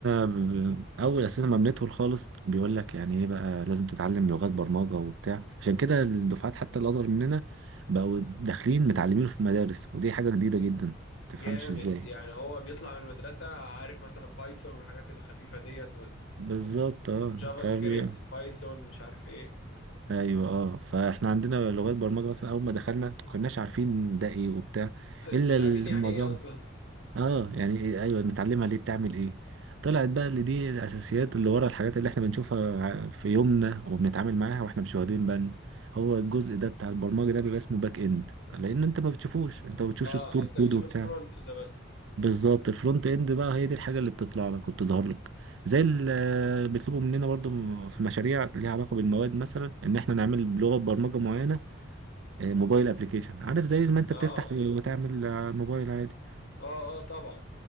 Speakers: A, on the right; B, on the left.
A: ب- اول اساسا ما بندخل خالص بيقول لك يعني ايه بقى لازم تتعلم لغات برمجه وبتاع عشان كده الدفعات حتى اللي اصغر مننا بقوا داخلين متعلمين في مدارس ودي حاجه جديده جدا تفهمش
B: جامد
A: ازاي
B: يعني هو بيطلع من المدرسة عارف مثلا بايثون والحاجات الخفيفة ديت
A: بالظبط اه
B: والجافا
A: فاهم
B: سكريبت بايثون مش عارف ايه
A: ايوه اه فاحنا عندنا لغات برمجه مثلا اول ما دخلنا ما كناش عارفين ده ايه وبتاع
B: <laughs>
A: الا
B: مش
A: المعظم
B: عارفين يعني ايه اصلا
A: اه يعني إيه ايوه نتعلمها ليه بتعمل ايه طلعت بقى اللي دي الاساسيات اللي ورا الحاجات اللي احنا بنشوفها ع- في يومنا وبنتعامل معاها واحنا مش واخدين بالنا هو الجزء ده بتاع البرمجه ده بيبقى اسمه باك اند لان انت ما بتشوفوش انت ما بتشوفش
B: اه
A: سطور
B: انت
A: كود
B: بتشوف
A: وبتاع
B: الفرونت ده بس
A: بالظبط الفرونت اند بقى هي دي الحاجه اللي بتطلع لك وبتظهر لك زي اللي بيطلبوا مننا برضو م- في مشاريع ليها علاقه بالمواد مثلا ان احنا نعمل بلغه برمجه معينه آه، موبايل ابلكيشن عارف زي ما انت
B: اه
A: بتفتح وتعمل آه، موبايل عادي
B: اه اه طبعا